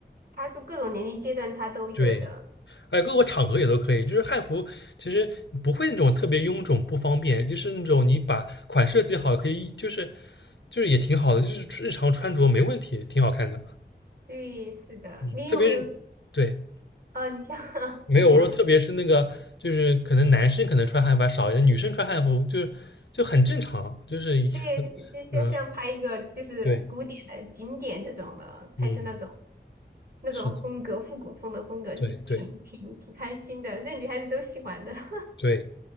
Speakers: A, on the right (about 55°); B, on the left (about 75°).
A: 它就各种年龄阶段它都有的。
B: 对。哎，各个场合也都可以。就是汉服其实不会那种特别臃肿不方便，就是那种你把款设计好，可以就是就是也挺好的，就是日常穿着没问题，挺好看的。
A: 对，是的。
B: 嗯，
A: 你有没有？
B: 特别是对，
A: 啊？你像 <laughs>
B: 没有我说，
A: 你讲，
B: 特别是那个就是可能男生可能穿汉服还少一点，女生穿汉服就就很正常，就是一 <laughs>
A: 对，就像像拍一个就是古典的景点这种的，
B: 嗯对
A: 拍出那种
B: 嗯
A: 那种风格，
B: 是的
A: 复古风的风格，
B: 对对
A: 是挺挺挺开心的，那女孩子都喜欢的。<laughs>
B: 对